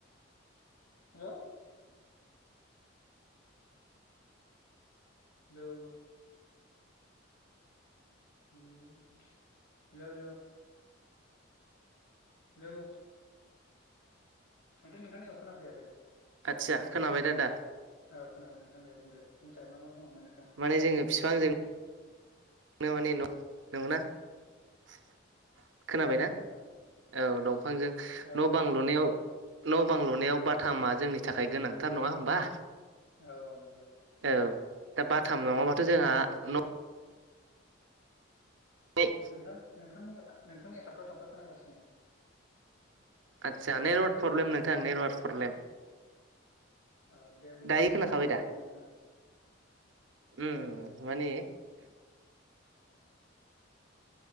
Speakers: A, on the left; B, on the right.
A: हेल'। हेल' हेल' हेल' हेलौ माथो नोंथांनिखौ खोना फैया खै
B: आदसा खोनाबाय आदा
A: औ खोनाबाय नोंथां दे बुं दे बुंसै मा मा बुङामोन नोंथां।
B: माने जोङो बिफांजोंनो <unintelligible> खोनाबायना
A: औ नंगौ नोंथां।
B: औ दंफांजों
A: औ
B: न'-बां
A: खोनादों
B: लुनायाव
A: दे बुं।
B: न'-बां लुनायाव बाथाम मा जोंनि थाखाय गोनांथार नङा होमबा।
A: औ औ नंगौ
B: औ दा बाथाम नङाबाथ' जोंहा न' न'
A: नोंथां नोंथांनि नोंथांनिया थाबथा थाबथा खोनागासिनो
B: आदसा नेटवार्क
A: मोजाङै
B: प्रब्लेम
A: खोनाखै
B: नोंथां
A: नोंथांनिखौ
B: नेटवार्क
A: थाबथा
B: प्रब्लेम
A: थाबथा खोनादों औ दे बुंफिनसै
B: दायो खोनाखाबाय
A: मा मा
B: दा
A: बुंङामोन नोंथाङा
B: उम
A: औ दे बुंदो
B: मानि